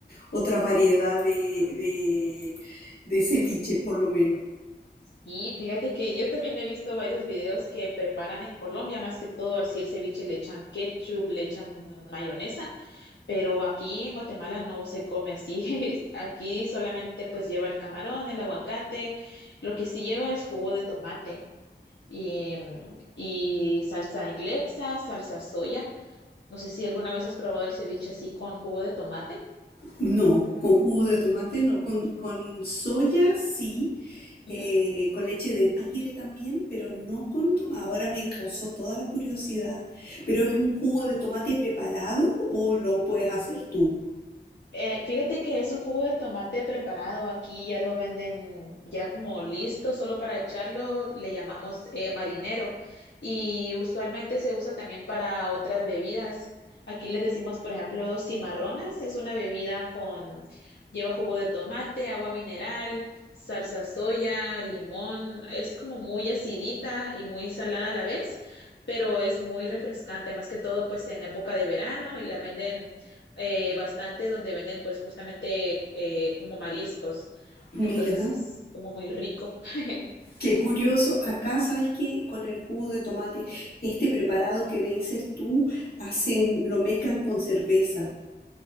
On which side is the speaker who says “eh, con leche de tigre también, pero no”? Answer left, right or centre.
Left